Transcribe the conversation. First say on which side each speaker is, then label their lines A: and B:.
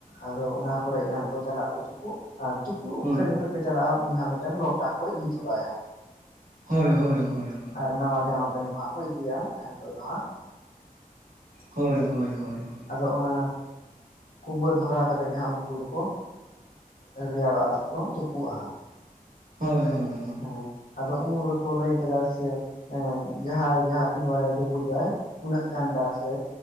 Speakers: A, on the left; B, on the right.
A: ᱟᱫᱚ ᱚᱱᱟ ᱠᱚᱨᱮᱜ ᱜᱮ ᱦᱟᱸᱜ ᱠᱚ ᱪᱟᱞᱟᱜ ᱟᱠᱚ ᱛᱩᱯᱩᱜ᱾ ᱟᱨ ᱛᱩᱯᱩᱜ
B: ᱦᱳᱭ
A: ᱚᱠᱛᱮ ᱡᱚᱠᱷᱚᱡ ᱪᱟᱞᱟᱜᱼᱟ, ᱩᱱ ᱦᱟᱸᱜ ᱢᱤᱫᱴᱮᱱ ᱞᱚᱴᱟ ᱠᱚ ᱤᱫᱤ ᱛᱚᱨᱟᱭᱟ ᱦᱟᱸᱜ᱾
B: ᱦᱳᱭ ᱦᱳᱭ
A: ᱦᱮᱸ,
B: ᱦᱳᱭ ᱦᱳᱭ ᱦᱳᱭ
A: ᱟᱨ ᱱᱟᱣᱟ ᱡᱟᱢᱟ ᱯᱮᱱᱴ ᱠᱚ ᱦᱟᱸᱜ ᱠᱚ ᱤᱫᱤᱭᱟ, ᱮᱱ ᱦᱤᱞᱳᱜ ᱫᱚ ᱦᱟᱸᱜ᱾
B: ᱦᱳᱭ ᱦᱳᱭ ᱦᱳᱭ ᱦᱳᱭ᱾
A: ᱟᱫᱚ ᱚᱱᱟ ᱠᱩᱢᱵᱟᱹ ᱫᱷᱚᱨᱟᱣ ᱠᱟᱛᱮᱫ ᱜᱮ ᱦᱟᱸᱜ ᱩᱱᱠᱩ ᱫᱚᱠᱚ, ᱮᱸᱻ ᱨᱮᱭᱟᱲᱚᱜᱼᱟ᱾ ᱥᱮᱠᱚ ᱛᱩᱯᱩᱜᱼᱟ ᱦᱟᱸᱜ᱾
B: ᱦᱳᱭ ᱦᱳᱭ᱾ ᱦᱳᱭ
A: ᱦᱮᱸ, ᱟᱫᱚ ᱩᱱ ᱨᱮᱠᱚ ᱞᱟᱹᱭ ᱠᱮᱫᱟ ᱥᱮ ᱮ ᱡᱟᱦᱟᱸᱭ ᱡᱟᱦᱟᱸ ᱛᱤᱱ ᱵᱟᱨᱮ ᱰᱩᱵᱩ ᱡᱚᱜᱼᱟᱭ, ᱩᱱᱟᱹᱜ ᱜᱟᱱᱰᱟ ᱥᱮ